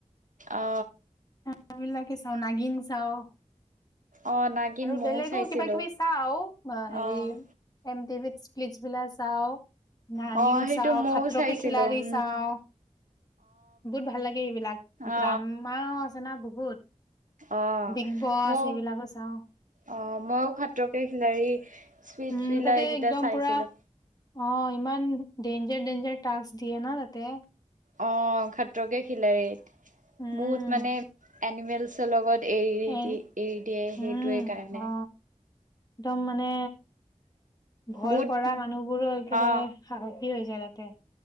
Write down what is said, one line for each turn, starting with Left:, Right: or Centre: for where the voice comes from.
Right: অ
Left: ক্যা চবিলাকে চাওঁ, নাগিন চাওঁ।
Right: অ নাগিন
Left: আৰু
Right: ময়ো
Left: বেলেগো
Right: চাইছিলো
Left: কিবা-কিবি চাওঁ আৰু হেৰি,
Right: অ
Left: এমটিভিত প্লিচবলা চাও, নাগিন
Right: অ সেইটো
Left: চাও,
Right: ময়ও
Left: খত্ৰকে
Right: চাইছিলো
Left: খিলাৰি
Right: উম
Left: চাওঁ বহুত ভাল লাগে এইবিলাক,
Right: অ
Left: ড্ৰামাও আছে না বহুত।
Right: অ
Left: বিগ বছ
Right: ময়ো
Left: এইবিলাকো চাওঁ।
Right: অ মইয়ো খাত্ৰকে খিলাৰি স্প্লিটভিলা
Left: উম তাতে
Right: এই কেইটা
Left: একদম
Right: চাইছিলো।
Left: পুৰা অ ইমান ডেঞ্জাৰ ডেঞ্জাৰ টাস্ক দিয়ে ন তাতে।
Right: অ খাত্ৰকে খিলাৰিত,
Left: উম
Right: বহুত মানে এনিমেলচৰ লগত। এৰি
Left: এ
Right: দি এৰি দিয়ে
Left: উম
Right: সেইটোৱে কাৰণে।
Left: অ একদম মানে ভয়
Right: বহুত
Left: কৰা মানুহবোৰো একেবাৰে
Right: অ
Left: সাহস। সি হৈ যায় তাতে